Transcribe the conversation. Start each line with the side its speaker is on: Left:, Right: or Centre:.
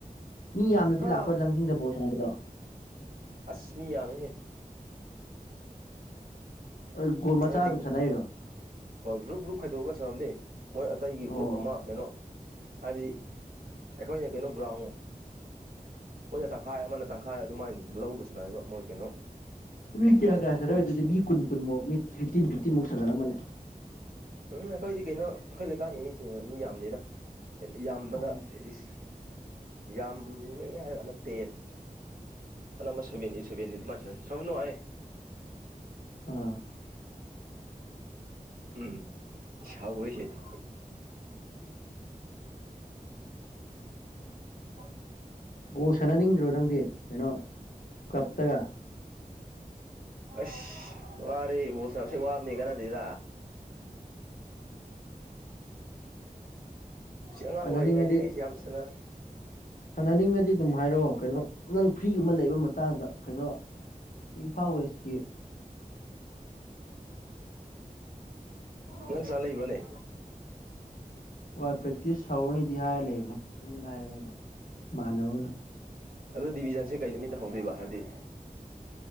Left: ꯃꯤ ꯌꯥꯝꯅꯗꯤ
Right: ꯍꯥ
Left: ꯂꯥꯛꯄꯣꯏ ꯂꯪꯖꯤꯡꯗ ꯕꯣꯠ ꯁꯥꯟꯅꯕꯗꯣ
Right: ꯑꯁꯃꯤ ꯌꯥꯃꯦꯍꯦ
Left: ꯒꯣꯜ ꯃꯆꯥ
Right: ꯍꯥꯏꯕꯗꯤ
Left: ꯑꯗꯨꯝ ꯁꯥꯟꯅꯩꯔꯣ
Right: ꯍꯣꯏ ꯒ꯭ꯔꯨꯞ ꯒ꯭ꯔꯨꯞ ꯈꯥꯏꯗꯣꯛꯑꯒ ꯁꯔꯝꯦ ꯃꯣꯏ ꯑꯇꯩꯒꯤ
Left: ꯑꯣ
Right: ꯒ꯭ꯔꯨꯞ ꯑꯃ ꯀꯩꯅꯣ ꯍꯥꯏꯕꯗꯤ ꯑꯩꯈꯣꯏꯅ ꯀꯩꯅꯣ ꯒ꯭ꯔꯥꯎꯟ ꯃꯣꯏꯅ ꯇꯪꯈꯥꯏ ꯑꯃꯅ ꯇꯪꯈꯥꯏ ꯑꯗꯨꯃꯥꯏꯅ ꯂꯧꯒꯁꯤꯅꯕ ꯃꯣꯏ ꯀꯩꯅꯣ
Left: ꯃꯤ ꯀꯌꯥ
Right: ꯃꯣꯏ
Left: ꯀꯌꯥ
Right: ꯑꯇꯣꯞꯄ
Left: ꯁꯥꯟꯅꯔꯣꯏ
Right: ꯃꯤꯁꯤꯡꯅ
Left: ꯑꯗꯨꯗꯤ ꯃꯤ ꯀꯨꯟ ꯀꯨꯟꯃꯨꯛ ꯃꯤ ꯐꯤꯞꯇꯤꯟ ꯐꯤꯞꯇꯤꯟꯃꯨꯛ ꯁꯥꯟꯅꯔꯝꯃꯅꯦ
Right: ꯎꯝ ꯑꯩꯈꯣꯏꯗꯤ ꯀꯩꯅꯣ ꯑꯩꯈꯣꯏ ꯂꯩꯀꯥꯏꯒꯤ ꯃꯤꯁꯤꯡꯅ ꯃꯤ ꯌꯥꯝꯗꯦꯗ ꯌꯥꯝꯕꯗ
Left: ꯑꯣ
Right: ꯑꯦꯠꯂꯤꯁ ꯌꯥꯝꯃꯦ ꯍꯥꯏꯔꯒꯥꯟꯗ ꯇꯦꯟ ꯑꯅ ꯑꯃ ꯁꯦꯕꯦꯟ ꯏ ꯁꯦꯕꯦꯟ ꯏꯗ ꯃꯥꯁ ꯁꯝꯅ ꯍꯥꯏ
Left: ꯑꯥ
Right: ꯎꯝ ꯁꯥꯥꯎ ꯋꯥꯔꯤꯁꯦ ꯎ <unintelligible>
Left: ꯕꯣ ꯁꯥꯟꯅꯅꯤꯡꯗ꯭ꯔꯣ ꯅꯪꯗꯤ ꯀꯩꯅꯣ ꯀꯞꯇꯒ
Right: ꯎ ꯑꯁ ꯑꯔꯦ ꯃꯁꯁꯦ ꯋꯥꯕꯅꯤ ꯀꯅꯥ ꯇꯤꯗ ꯁꯤ ꯑꯉꯥꯡ
Left: ꯁꯥꯟꯅꯅꯤꯡꯉꯗꯤ
Right: ꯑꯣꯏꯔꯤꯉꯩꯗꯗꯤ ꯌꯥꯝ ꯁꯅ
Left: ꯁꯥꯟꯅꯅꯤꯡꯉꯗꯤ ꯑꯗꯨꯝ ꯍꯥꯏꯔꯛꯑꯣ ꯀꯩꯅꯣ ꯅꯪ ꯐ꯭ꯔꯤꯒꯨꯝꯕ ꯂꯩꯕ ꯃꯇꯥꯡꯗ ꯀꯩꯅꯣ ꯏ ꯐꯥꯎꯁ ꯀ
Right: ꯅꯪ ꯁꯥꯥ ꯂꯩꯕ꯭ꯔꯅꯦ
Left: ꯍꯣꯏ ꯄ꯭ꯔꯦꯛꯇꯤꯁ ꯍꯧꯔꯅꯤꯗꯤ ꯍꯥꯏꯔ ꯂꯩꯕꯅꯦ ꯑꯩꯉꯣꯟꯗ ꯍꯥꯏꯔꯛꯑꯦꯕ ꯏꯃꯅꯕ ꯑꯃꯅ
Right: ꯑꯣ ꯗꯤꯕꯤꯖꯟꯁꯦ ꯀꯩ ꯅꯨꯃꯤꯠꯇꯍꯧꯗꯣꯏꯕ ꯍꯥꯏꯕꯗꯤ